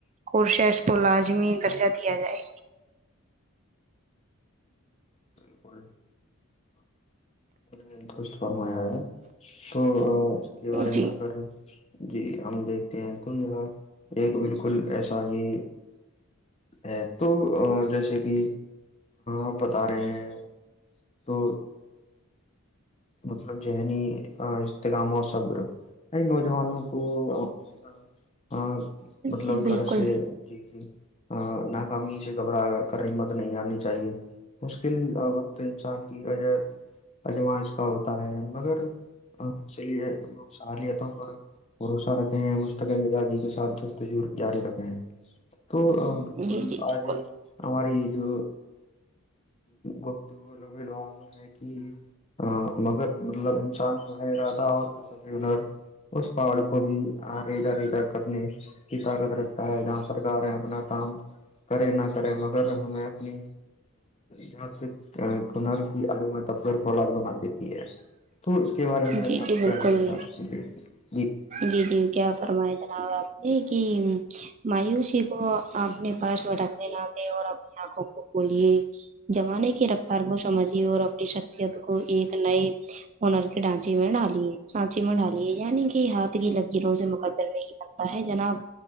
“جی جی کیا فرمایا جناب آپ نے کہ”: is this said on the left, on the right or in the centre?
Right